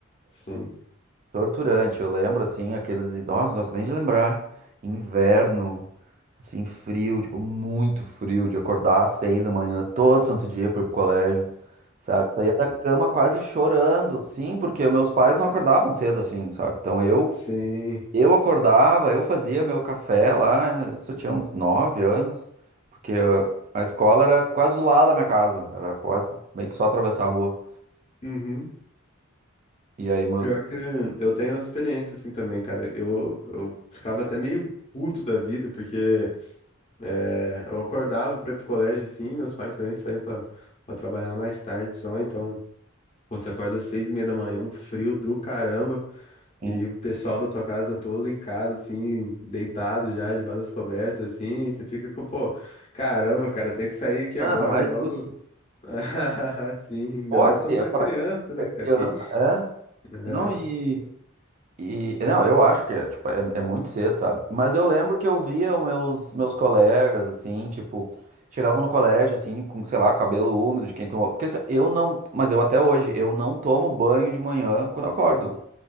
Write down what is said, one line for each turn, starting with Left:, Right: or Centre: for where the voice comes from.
Left: sim.
Right: Torturante, eu lembro assim, aqueles idosos, não gosto nem de lembrar. Inverno, assim, frio, tipo, muito frio, de acordar às seis da manhã, todo santo dia para ir pro colégio, sabe? Saía da cama quase chorando, sim, porque os meus pais não acordavam cedo assim, sabe? Então eu,
Left: Sim.
Right: eu acordava, eu fazia meu café lá, isso eu tinha uns nove anos, porque ah, a escola era quase do lado da minha casa, era quase meio que só atravessar a rua.
Left: Uhum.
Right: E aí meus.
Left: Pior que eu tenho experiência assim também, cara. Eu, eu ficava até meio puto da vida, porque é, eu acordava pra ir pro colégio assim, meus pais também saíam pra, pra trabalhar mais tarde só, então pô, você acorda às seis e meia da manhã, um frio do caramba,
Right: Sim.
Left: e o pessoal da tua casa todo em casa, assim, deitado já, debaixo das cobertas, assim, e você fica com, pô, caramba, cara, eu tenho que sair aqui
Right: Ah,
Left: agora
Right: não é
Left: e logo.
Right: justo.
Left: <laughs> Sim, ainda
Right: Pô,
Left: mais
Right: cria,
Left: quando tu é criança, né,
Right: É
Left: cara?
Right: Criança,
Left: Que,
Right: é?
Left: né,
Right: Não, e, e. Não, eu acho que é, tipo, é, é muito cedo, sabe? Mas eu lembro que eu via os meus, meus colegas, assim, tipo, chegavam no colégio, assim, com, sei lá, cabelo úmido de quem tomou. Porque assim, eu não. Mas eu até hoje, eu não tomo banho de manhã quando eu acordo.